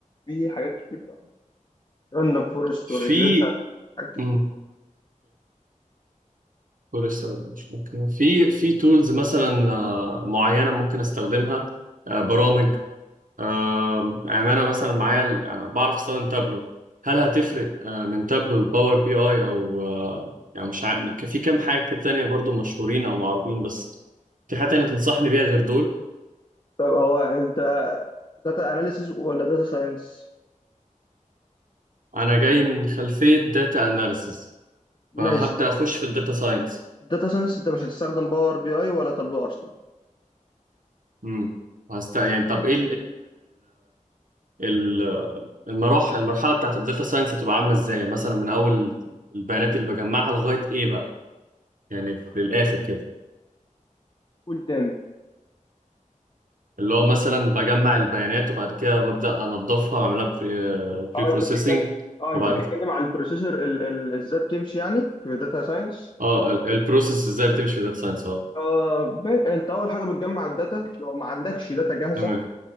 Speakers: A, on the left; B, on the right.
A: في حاجات كتير بقى راندوم فورست
B: في
A: والريجريشن حاجات كتير
B: مم. فورست مش ممكن في في تولز مثلا آه، معينه ممكن استخدمها آه، برامج آه، يعني انا مثلا معايا ال- انا بعرف استخدم تابلو هل هتفرق آه، من تابلو لباور بي اي او آه، يعني مش عارف في كام حاجه كده تانية برضو مشهورين او معروفين بس في حاجه تانية تنصحني بيها غير دول
A: طب هو انت داتا اناليسيز ولا داتا ساينس
B: انا جاي من خلفيه داتا اناليسيس فهبدا
A: ماشي
B: اخش في الداتا ساينس
A: داتا ساينس انت مش هتستخدم باور بي اي ولا تابلو اصلا
B: امم هست يعني طب ايه ال- المراحل المرحله بتاعت الداتا ساينس هتبقى عامله ازاي مثلا من اول البيانات اللي بجمعها لغايه ايه بقى يعني للاخر كده
A: قول تاني
B: اللي هو مثلا بجمع البيانات وبعد كده ببدا انضفها واعملها بري
A: اه
B: بروسيسنج
A: انت بتتكلم اه
B: وبعد
A: انت بتتكلم
B: كده
A: على البروسيسور ال- ال- ازاي بتمشي يعني في داتا ساينس
B: اه ال- البروسيس ازاي بتمشي في الداتا ساينس اه
A: آه ب... انت اول حاجه بتجمع الداتا لو ما عندكش داتا جاهزه
B: تمام